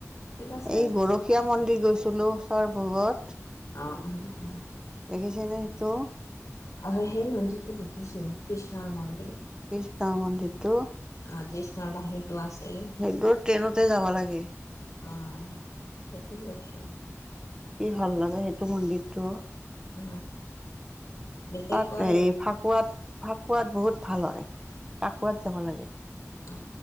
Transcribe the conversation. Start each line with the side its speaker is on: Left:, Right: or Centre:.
Left: ঠিক আছে
Right: এই গৰখি সকীয়া মন্দিৰ গৈছিলো চৰভোগত
Left: অঁ অঁ অ
Right: দেখিছেনে, সেইটো?
Left: অ, সেই মন্দিৰটো দেখিছোঁ, কৃষ্ণৰ মন্দিৰ।
Right: কৃষ্ণৰ মন্দিৰটো।
Left: অ, কৃষ্ণৰ বাঁহীতো আছে। এই,
Right: সেইটো ট্ৰেইনতে যাব লাগে
Left: অ, সেইটো গৈছি
Right: কি ভাল লগে, সেইটো মন্দিৰটো?
Left: অ বিশেষকৈ
Right: তাত হেৰি, ফাকুৱাত, ফাকুৱাত বহুত ভাল হয়। ফাকুৱাত যাব লাগে।
Left: উম,